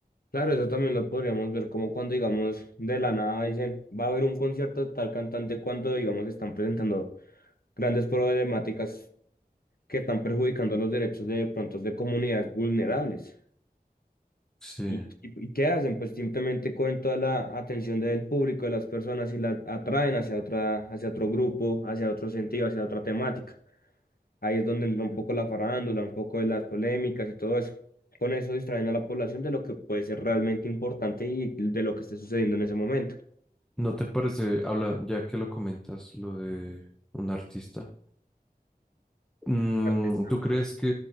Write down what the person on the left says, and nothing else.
Claro, eso también lo podríamos ver como cuando, digamos, de la nada dicen, va a haber un concierto de tal cantante cuando, digamos, están presentando grandes problemáticas que están perjudicando los derechos de pronto de comunidades vulnerables.
¿Y, y, y qué hacen? Pues simplemente cogen toda la atención del público, de las personas y la atraen hacia otra, hacia otro grupo, hacia otro sentido, hacia otra temática. Ahí es donde entra un poco la farándula, un poco de las polémicas y todo eso. Con eso distraen a la población de lo que puede ser realmente importante y de lo que esté sucediendo en ese momento.
Artista.